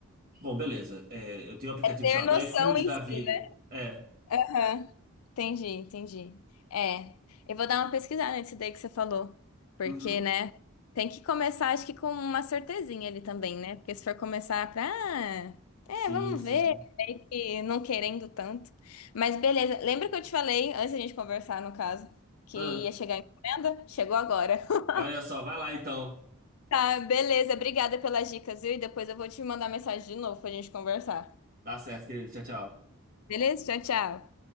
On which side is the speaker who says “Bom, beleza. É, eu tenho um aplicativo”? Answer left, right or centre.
Right